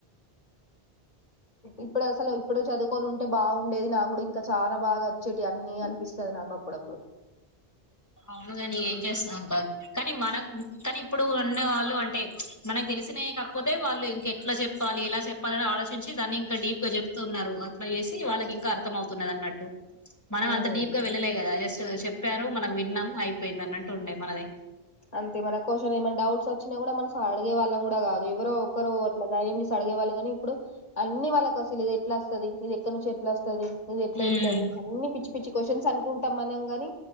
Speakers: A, on the left (about 40°); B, on the left (about 15°).
A: ఇప్పుడు అసలు ఇప్పుడు చదువుకొని ఉంటే బావుండేది. నా గూడా ఇంకా చాలా బాగా వచ్చేటి అ న్నీ అనిపిస్తది నాకు అప్పుడప్పుడు
B: అవునుగని ఏం చేస్తాం ఇంక కానీ మనకు కానీ ఇప్పుడు ఉన్నవాళ్ళు అంటే మనకు తెలిసినవే కాకపోతే వాళ్ళు ఇంక ఎట్లా చెప్పాలి ఎలా చెప్ పలి ఆలోచించి దాన్ని ఇంకా డీప్ గా చెప్తతున్నారు అట్లా చేసి వాళ్ళకి ఇంకా అర్థం అవుతున్నది అన్నట్టు మనం
A: ఉమ్
B: అంత డీప్ గా వెళ్ళలే కదా జస్ట్ చెప్పారు మనం విన్నాం అయిపోయింది అన్నట్టు ఉండె మనది.
A: అంతే మన క్యూషన్ ఏమన్నా డౌట్స్ వచ్చిన గుడ మనం అడిగే వాళ్ళం గూడా గాదు. ఎవరో ఒకరు అట్ల దయం చేసి అడిగే వాల్ అని ఇప్పుడు అన్ని వాళ్ళకి అసలు ఇది ఎట్లా అస్తది ఇది ఎక్కడ నుంచి ఎట్లా వస్తది ఇది ఎట్లా
B: ఉమ్
A: ఎల్తది అన్ని పిచ్చి పిచ్చి క్వశ్చన్స్ అనుకుంటాం మనం గాని